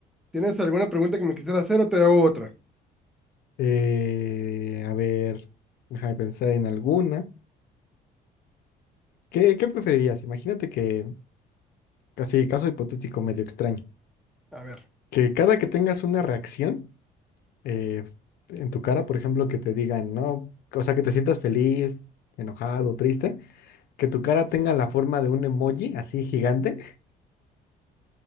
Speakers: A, in the centre; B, on the left (about 65°).
A: ¿tienes alguna pregunta que me quisieras hacer o te hago otra?
B: Eh, a ver, déjame pensar en alguna. ¿Qué, qué preferirías? Imagínate que, casi caso hipotético medio extraño.
A: A ver,
B: que cada que tengas una reacción eh, en tu cara, por ejemplo, que te digan, no, o sea, que te sientas feliz, enojado, triste, que tu cara tenga la forma de un emoji así gigante,